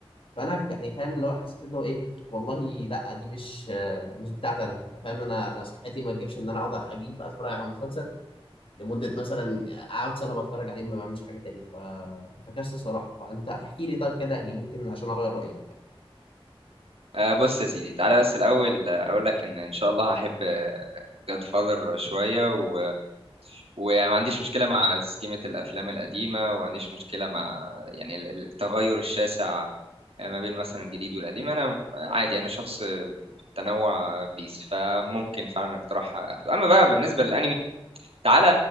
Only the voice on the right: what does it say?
آه بص يا سيدي تعالى بس الاول آه، اقول لك ان ان شاء الله هحب جاد فاذر شويه و... وما عنديش مشكله مع سكيمه الافلام القديمه وما عنديش مشكله مع يعني ال- ال- التغير الشاسع آه، ما بين مثلا الجديد والقديم انا عادي انا شخص تنوع بيس فممكن فعلا اقتراح اخده اما بقى بالنسبه للانمي تعالى